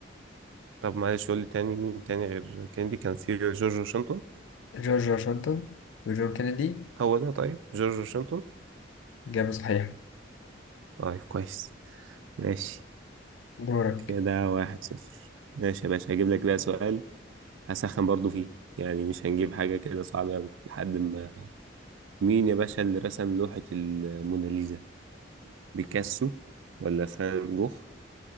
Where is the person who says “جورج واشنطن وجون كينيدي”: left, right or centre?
Left